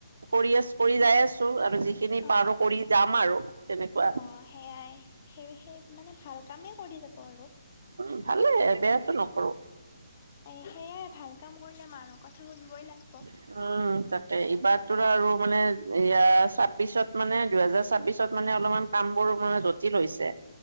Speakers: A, on the right; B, on the left.
A: কৰি আছ কৰি যাই আছোঁ, তুমি আৰু যিখিনি
B: অ',
A: পাৰো
B: অ',
A: কৰি যাম আৰু, তেনেকুৱা।
B: অ', সেয়াই, সেই সেই, মানে ভাল কামেই কৰি যাব আৰু।
A: উম, ভালেই, বেয়াটো নকৰো।
B: এই সেয়াই ভাল কাম কৰিলে মানুহ কথা শুনবই লাগব।
A: উম, তাকে। এইবাৰতো আৰু মানে এয়া ছাব্বিশত মানে দুহেজাৰ ছাব্বিচত মানে অলমান কাম বোৰ মানে জটিল হৈছে।